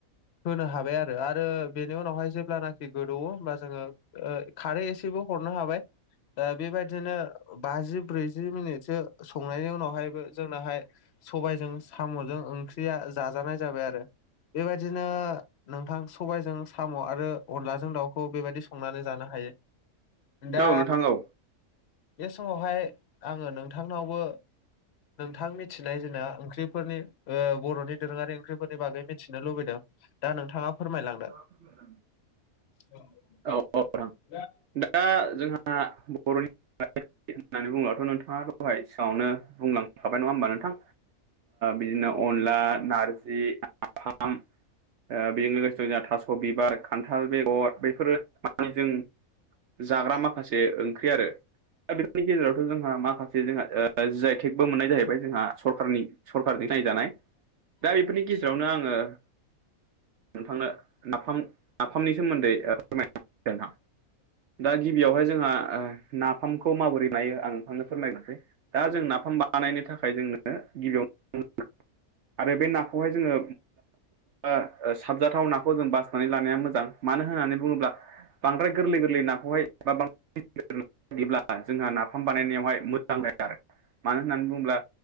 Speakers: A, on the left (about 55°); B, on the right (about 65°).
A: होनो हाबाय आरो आरो बेनि उनावहाय जेब्लानाखि गोदौवो होमबा जोङो खारै एसेबो हरनो हाबाय। बेबायदिनो बाजि ब्रैजि मिनिटसो संनायनि उनावहायबो जोंनहाय सबायजों साम'जों ओंख्रिया जाजानाय जाबाय आरो। बेबायदिनो नोंथां सबायजों साम' आरो अनलाजों दाउखौ बेबायदि संनानै जानो हायो। दा
B: औ नोंथां औ
A: बे समावहाय आङो नोंथां नोंथांनावबो नोंथां मिथिनाय जोंना ओंख्रिफोरनि बर'नि दोरोङारि ओंख्रिफोरनि बागै मिथिनो लुबैदों दा नोंथाङा फोरमायलांदो
B: <inaudible>
A: <unintelligible>
B: औ औ नोंथां दा जोंहा बर'नि होननानै बुङोबथ' नोंथाङा दं <inaudible> सिाङावनो बुंलांखाबाय नङा होमबा नोंथां बिदिनो अनला नारजि आाम <inaudible> बेजों लोगोसे दं जोंहा थास' बिबार खान्थाल बेगर बेफोर माने जों जाग्रा माखासे ओंख्रि आरो दा बेफोरनि गेजेरावथ' जोंहा माखासे े जोंहा जाय टेकबो मोननाय जाहैबाय जोंहा सरखारनि सरखारजों नायजानाय। दा बेफोरनि गेजेरावनो आङो। नोंथांनो नाफाम नाफामनि सोमोन्दै फोरमाय दा गिबियावहाय जोंहा ओ। नाफामखौ माबोरै बायो आं नोंथांनो फोरमायनोसै दा जों नाफाम बानायनो थाखाय जोंनो गिबियावनो आरो बे नाखौहाय जोङो ओ ओ साबजाथाव नाखौ जों बासनानै लानाया मोजां मानो होननानै बुङोब्ला बांद्राय गोरलै गोरलै नाखौहाय बा बदिब्ला जोंहा नाफाम बानायनायावहाय मोजां जाया आरो मानो होननानै बुङोब्ला